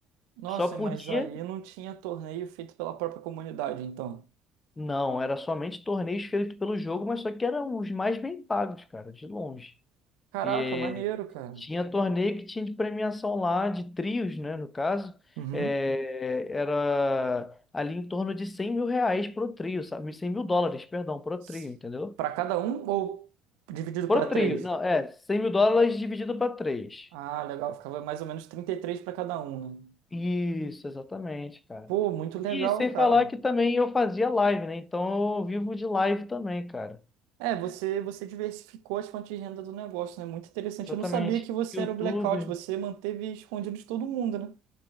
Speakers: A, on the right; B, on the left.
A: Nossa,
B: Só podia.
A: mas aí não tinha torneio feito pela própria comunidade, então.
B: Não, era somente torneios feitos pelo jogo, mas só que eram os mais bem pagos, cara, de longe.
A: Caraca,
B: E
A: maneiro,
B: eh,
A: cara.
B: tinha torneio que tinha de premiação lá, de trios, né? No caso,
A: Uhum.
B: eh, era ali em torno de 100 mil reais pro trio, sabe? cem mil dólares, perdão, pro
A: S-
B: trio, entendeu?
A: Pra cada um ou dividido
B: Pro
A: pra três?
B: trio, não, é, 100 mil dólares dividido para três.
A: Ah, legal, ficava mais ou menos 33 pra cada um, né?
B: Isso, exatamente, cara.
A: Pô, muito legal,
B: E sem
A: cara.
B: falar que também eu fazia live, né? Então eu vivo de live também, cara.
A: É, você você diversificou as fontes de renda do negócio, né? Muito interessante.
B: Exatamente.
A: Eu não sabia que você
B: YouTube.
A: era o blackout, você manteve escondido de todo mundo, né?